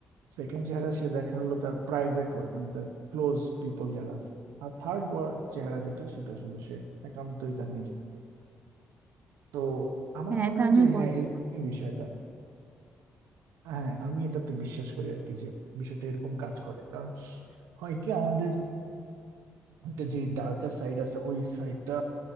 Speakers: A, on the right (about 75°); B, on the right (about 35°).
A: সেকেন্ড চেহারা সে দেখা হলো তার প্রাইভেট ওয়ার্ল্ড মানে তার ক্লোজ পিপল যারা আছে আর থার্ড ওয়ার্ল্ড চেহারা যেটা সেটা আসলে সে একান্তই তার নিজে তো আমার
B: হ্যাঁ
A: মনে
B: এটা
A: হয়
B: আমিও
A: যে
B: পড়েছি
A: হ্যাঁ এই বিষয়টা হ্যাঁ আমি এটাতে বিশ্বাস করি আর কি যে বিষয়টা এরকম কাজ করে কারণ হয় কি আমাদের একটা যে ডার্কার সাইড আছে ওই সাইডটা